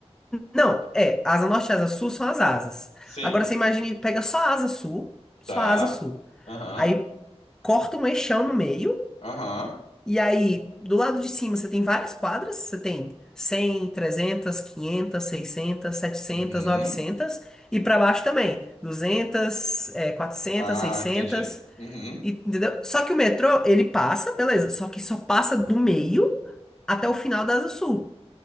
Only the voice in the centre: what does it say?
Não, é, asa norte e asa sul são as asas.
Agora você imagina, pega só a asa sul, só
a asa sul.
Aí corta um eixão no meio,
e aí do lado de cima você tem várias quadras, você tem 100, 300, 500, 600, setecentas,
900 e pra baixo também, 200, é, 400,
600,
e- entendeu? Só que o metrô, ele passa, beleza, só que só passa do meio até o final da Asa Sul.